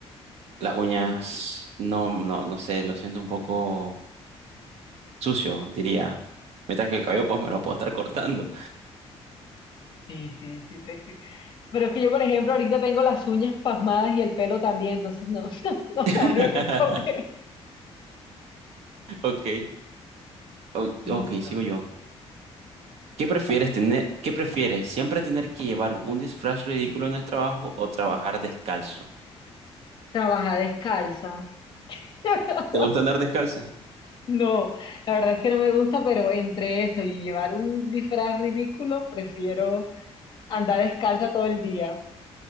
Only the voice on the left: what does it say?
Sí,
sí, sí. sí, te- Pero es que yo, por ejemplo, ahorita tengo las uñas pasmadas y el pelo también, entonces no, <laughs> no
sabría qué comer.
Listo.
Trabajar descalza. <laughs>
No, la verdad es que no me gusta, pero entre eso y llevar un disfraz ridículo, prefiero andar descalza todo el día.